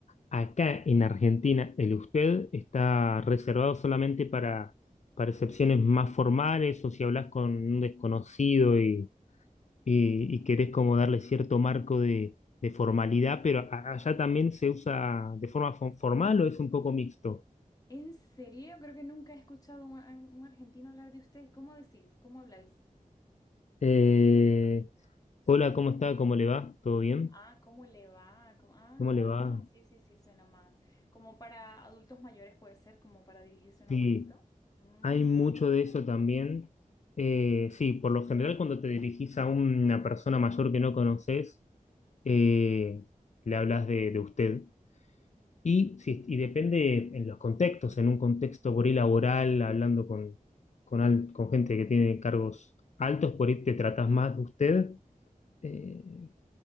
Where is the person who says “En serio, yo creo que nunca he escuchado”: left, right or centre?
Left